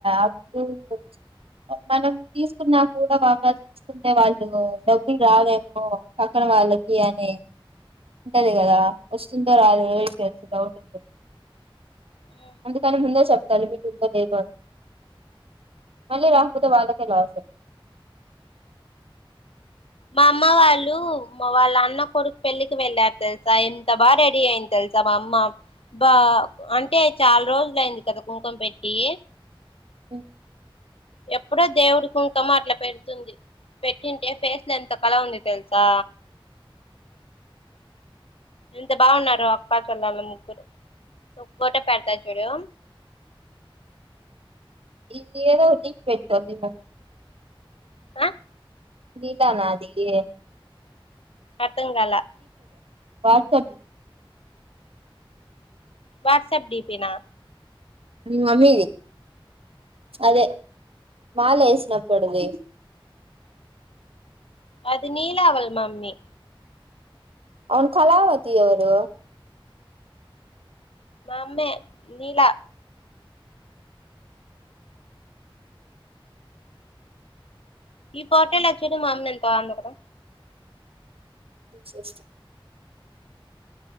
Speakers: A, on the right (about 90°); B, on the left (about 80°).
A: అప్పుడు బొచ్ మనం తిసుకున్నా కూడా వాపస్ తీసుకుంటే వాళ్ళు డబ్బులు రావేమో పక్కన వాళ్ళకి అని ఉంటది గదా వొస్ సుందో రాదో
B: మ్మ్
A: <unintelligible> డౌట్ <unintelligible>
B: మ్మ్
A: అందుకని ముందే చప్తాను మీకు ఉందో లేదో అని మళ్ళీ రాక్పోతే వాళ్ళకే లాస్
B: మా అమ్మ వాళ్ళు మా వాళ్ళ అన్న కొడుక్ పెళ్ళికి వెళ్ళార్ తెల్సా ఎంత బా రెడీ అయింది తెల్సా మా అమ్మ బా అంటే చాల్ రోజులు అయింది కదా కుంకుం పెట్టి
A: ఓ
B: ఎప్పుడో దేవుడి కుంకము అట్ల పెడ్తుంది పెట్టింటే ఫేస్ లో ఎంత కళ ఉంది తెల్సా ఎంత బావున్నారో అక్కా చెల్లెలు ముగ్గురు ఒక్ ఫోటో పెడ్తా చూడు
A: ఈ ఏదో ఒటి పెట్టంది మొంగ్
B: ఆ
A: నీకానా <unintelligible>
B: అర్థం కాలా
A: వాట్సాప్
B: వాట్సాప్ డీపీనా
A: మీ మమ్మీది అదే మాల యేసినప్పుడది
B: అది నీలా వాళ్ళ మమ్మీ
A: అవును కళావతి ఎవరు
B: మామ్మే నీలా ఈ పోటలో చూడు మా అమ్మ ఎంత బాగుందో కదా
A: చేస్త